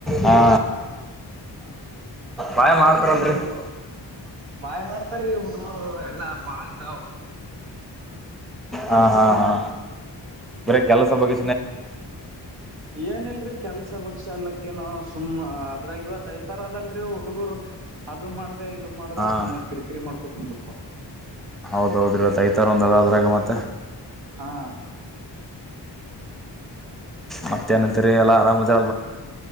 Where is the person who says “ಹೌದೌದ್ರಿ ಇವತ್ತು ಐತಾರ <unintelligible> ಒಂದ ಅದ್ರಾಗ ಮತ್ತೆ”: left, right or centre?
Centre